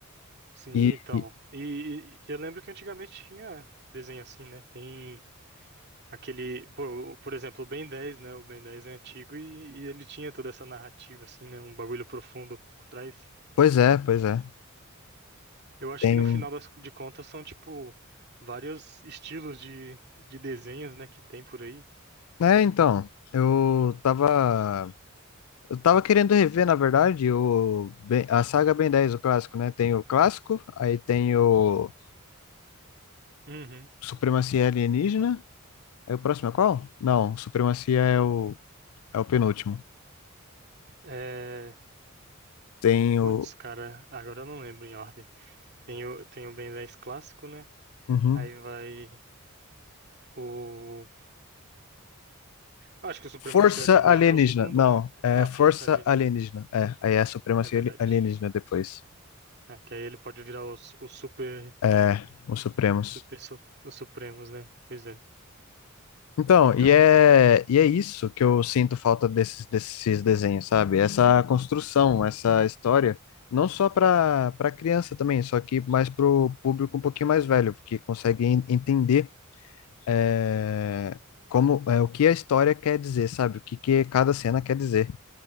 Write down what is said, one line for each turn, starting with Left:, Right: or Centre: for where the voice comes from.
Right: Sim,
Left: E,
Right: então.
Left: e-
Right: E, e eu lembro que antigamente tinha desenho assim, né? Tem Aquele, por, por exemplo, o Ben 10, né? O Ben dez é antigo e, e ele tinha toda essa narrativa, assim, né? Um bagulho profundo por trás.
Left: pois é, pois é.
Right: Eu acho
Left: Tem.
Right: que no final das, de contas são, tipo, vários estilos de, de desenhos, né? Que tem por aí.
Left: É, então, eu tava Eu tava querendo rever, na verdade, o, Ben- a saga Ben 10, o clássico, né? Tem o clássico, aí tem o
Right: Uhum.
Left: Supremacia Alienígena. Aí o próximo é qual? Não, Supremacia é o, é o penúltimo.
Right: É...
Left: Tem
Right: Putz,
Left: o.
Right: cara, agora eu não lembro em ordem. Tem o, tem o Ben 10 clássico, né?
Left: Uhum.
Right: Aí vai o. Acho que o Supremacia
Left: Força
Right: Alienígena
Left: Alienígena.
Right: é o segundo,
Left: Não,
Right: né?
Left: é
Right: Ah,
Left: Força
Right: Força Alienígena.
Left: Alienígena. É, aí é a Supremacia
Right: É verdade.
Left: Ali- Alienígena depois.
Right: É, que aí ele pode virar os, os super
Left: É, os Supremos.
Right: Super su- os Supremos, né? Pois é.
Left: Então,
Right: Então,
Left: e é,
Right: Ah,
Left: e é isso que eu sinto falta desses, desses desenhos, sabe? Essa construção, essa história, não só para para criança também, só que mais para o público um pouquinho mais velho, que consegue en- entender é, como é, o que a história quer dizer, sabe? O que, que cada cena quer dizer.